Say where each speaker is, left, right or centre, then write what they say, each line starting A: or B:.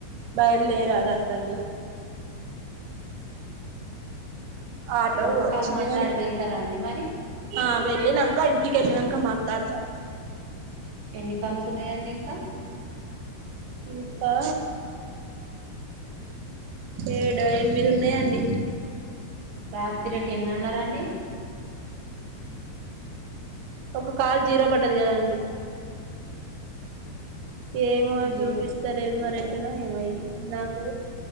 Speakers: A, on the right; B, on the right.
A: బయలుదేరాడంటండి ఆటో
B: ఇది ఒక్క
A: కూడా వచ్చింది
B: కాల్ మాట్లాడి
A: కాని
B: వెళ్తారా అండి మరి
A: ఆ వెళ్ళినంక ఇంటిక వెళ్ళినాక మాట్లాడుతా
B: ఎన్ని కాల్స్ ఉన్నాయండి ఇంకా
A: ఇంకా ఏడ ఏడ ఎనిమిది ఉన్నాయండి
B: రాత్రి టెన్ అన్నారాండి
A: ఒక కాల్ జీరో పడ్డది గదా అండి ఏమో
B: జీరో
A: చూపిస్తలేదు మరి ఎ ఎట్లనో ఏమో అయి నాకు